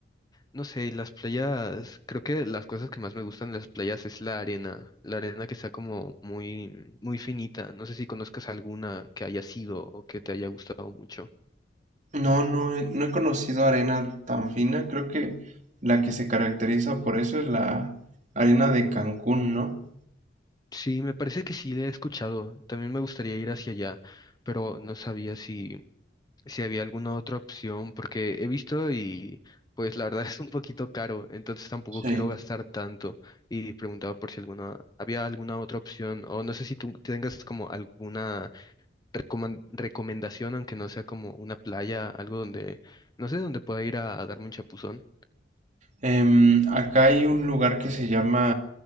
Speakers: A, on the left; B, on the right.
A: no sé, y las playas, creo que las cosas que más me gustan de las playas es la arena, la arena que está como muy, muy finita. No sé si conozcas alguna que haya sido o que te haya gustado mucho.
B: No, no, he- no he conocido arena tan fina. Creo que la que se caracteriza por eso es la arena de Cancún, ¿no?
A: Sí, me parece que sí le he escuchado. También me gustaría ir hacia allá, pero no sabía si, si había alguna otra opción, porque he visto y pues la verdad <laughs> es un poquito caro, entonces tampoco
B: Sí.
A: quiero gastar tanto. Y preguntaba por si alguna, había alguna otra opción, o no sé si tú tengas como alguna recoman- recomendación, aunque no sea como una playa, algo donde, no sé, donde pueda ir a, a darme un chapuzón.
B: Em, acá hay un lugar que se llama,